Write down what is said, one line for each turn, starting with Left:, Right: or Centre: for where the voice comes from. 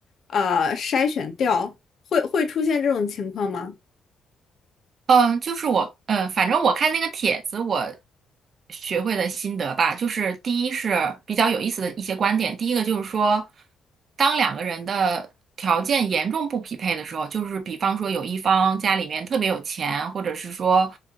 Left: 呃筛选掉，会会出现这种情况吗？
Right: 嗯，就是我，嗯，反正我看那个帖子，我学会的心得吧，就是第一是比较有意思的一些观点，第一个就是说，当两个人的条件严重不匹配的时候，就是比方说有一方家里面特别有钱，或者是说，